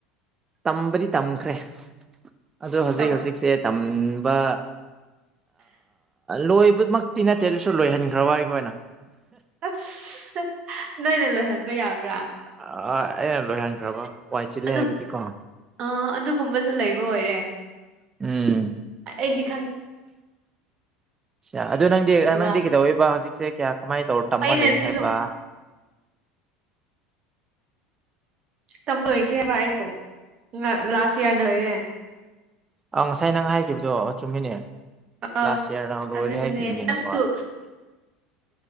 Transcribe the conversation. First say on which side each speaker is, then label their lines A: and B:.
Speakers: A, on the right; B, on the right.
A: ꯇꯝꯕꯗꯤ ꯇꯝꯈ꯭ꯔꯦ ꯑꯗꯣ ꯍꯧꯖꯤꯛ
B: ꯇꯝ
A: ꯍꯧꯖꯤꯛꯁꯦ ꯇꯝꯕ꯫ ꯂꯣꯏꯕꯃꯛꯇꯤ ꯅꯠꯇꯦ ꯑꯗꯨꯁꯨ ꯂꯣꯏꯍꯟꯈ꯭ꯔꯕ ꯑꯩꯈꯣꯏꯅ
B: ꯑꯁ ꯅꯣꯏꯅ ꯂꯣꯏꯍꯟꯕ ꯌꯥꯕ꯭ꯔꯥ꯫
A: ꯑ ꯑꯩꯅ ꯂꯣꯏꯍꯟꯈ꯭ꯔꯕꯣ ꯋꯥꯏ ꯆꯤꯂꯦ
B: ꯑꯗꯨ
A: ꯍꯥꯏꯕꯒꯤꯀꯣ
B: ꯑ ꯑꯗꯨꯒꯨꯝꯕꯁꯨ ꯂꯩꯕ ꯑꯣꯏꯔꯦ
A: ꯎꯝ
B: ꯑꯦꯗꯤ ꯈꯥꯟ
A: ꯑ ꯑꯗꯨ ꯅꯪꯗꯤ
B: ꯈꯪꯗꯕ
A: ꯅꯪꯗꯤ ꯀꯩꯗꯧꯕ ꯍꯧꯖꯤꯛꯁꯦ ꯀꯌꯥ ꯀꯃꯥꯏꯅ ꯇꯧꯔ ꯇꯝꯃꯜꯂ
B: ꯑꯩꯅ ꯑꯗꯨꯁꯨ
A: ꯍꯥꯏꯕ
B: ꯇꯝꯕ ꯂꯣꯏꯈ꯭ꯔꯦꯕ ꯑꯩꯁꯨ ꯂꯥꯁ ꯏꯌꯥꯔꯅ ꯂꯩꯔꯦ
A: ꯑꯥꯎ ꯉꯁꯥꯏ ꯅꯪ ꯍꯥꯏꯈꯤꯕꯗꯣ ꯆꯨꯝꯃꯤꯅꯦ
B: ꯑ
A: ꯂꯥꯁ ꯏꯌꯥꯔ ꯂꯣꯏꯔꯦ
B: ꯑꯗꯨꯗꯁꯨ
A: ꯍꯥꯏꯈꯤꯕꯅꯤꯅꯀꯣ